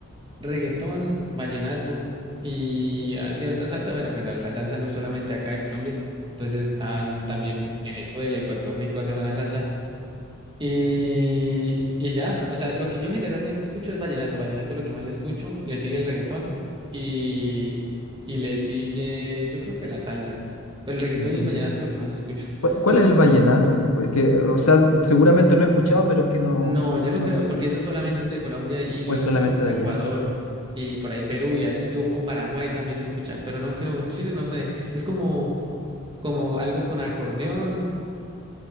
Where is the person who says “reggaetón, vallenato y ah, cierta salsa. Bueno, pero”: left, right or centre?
Right